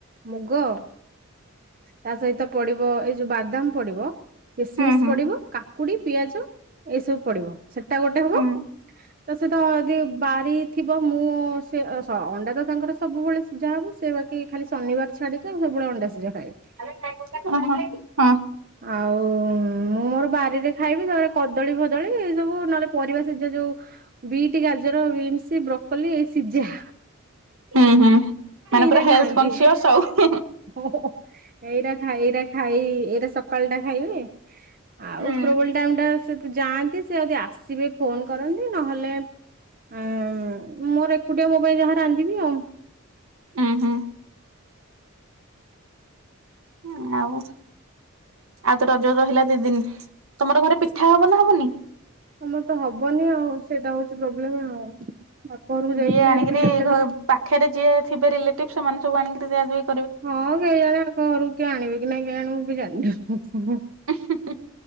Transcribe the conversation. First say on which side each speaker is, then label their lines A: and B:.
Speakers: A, on the right (about 40°); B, on the right (about 75°).
A: ମୁଗ। ତା ସହିତ ପଡିବ ଏଇ ଯୋଉ ବାଦାମ ପଡିବ କିସିମିସି
B: ହୁଁ ହୁଁ
A: ପଡିବ କା କାକୁଡି, ପିଆଜ ଏଇ ସବୁ ପଡିବ ସେଟା ଗୋଟେ
B: ହୁଁ
A: ହବ। ତ ସେତ ଯଦି ବାରି ଥିବ ମୁଁ ସେ ହ ଅଣ୍ଡାତ ତାଙ୍କର ସବୁବେଳେ ସିଝା ହବ। ସେ ବାକି ଖାଲି ଶନିବାର ଛାଡିକି ସବୁବେଳେ ଅଣ୍ଡା ସିଝା ଖାଇବେ।
B: <unintelligible> ହଁ।
A: ଆଉ ମୁଁ ମୋର ବାରିରେ ଖାଇବି ତମେ କଦଳୀ ଫଦଳୀ ଏ ସବୁ ନହେଲେ ପରିବା ସିଜା ଯୋଉ ବିଟ ଗାଜର ବିନ୍ସ ବ୍ରୋକୋଲି ଏଇ ସିଝା।
B: ହୁଁ ହୁଁ ମାନେ
A: ଏଇରା
B: ପୁରା ହେଲଥ
A: ଖାଆନ୍ତି
B: କନସିଅସ୍ ସବୁ।
A: <unintelligible> ଏଇରା ଖାଇ ଏଇରା ଖାଇ ଏଇଟା ସକାଳ ଟା ଖାଇବି। ଆଉ
B: ହୁଁ।
A: ଉପରବଳୀ ଟାଇମ ଟା ସେ ତ ଯାଆନ୍ତି, ସେ ଯଦି ଆସିବେ ଫୋନ କରନ୍ତି ନହେଲେ ହଁ ମୋର ଏକୁଟିଆ ମୋପାଇଁ ଯାହା ରାନ୍ଧିବି ଆଉ।
B: ହୁଁ ହୁଁ। ଉଁ ଆଉ। ଆଉ ତ ରଜ ରହିଲା ଦି ଦିନି, ତମର ଘରେ ପିଠା ହବ ନା ହବନି?
A: ଆମର ତ ହବନି ଆଉ ସେଇଟା ହଉଛି ପ୍ରୋବ୍ଲେମ ଆଉ, ବାପଘରକୁ ଯାଇଥିଲେ
B: ଯିଏ ଆଣିକିରି
A: ବାହାରି ପିଠା ଫିଠା
B: ଘ
A: ଦିଇଟା
B: ପାଖରେ ଯିଏ ଥିବେ ରିଲେଟିଭ ସେମାନେ ସବୁ ଆଣିକିରି ଦିଅନ୍ତି।
A: ହଁ ଏଇ ଗାଁ ରେ ଆଙ୍କ ଘରୁକୁ କିଏ ଆଣିବେ କି ନାହିଁ କେଜାଣି ମୁଁ ବି ଜାଣିନି।
B: <unintelligible>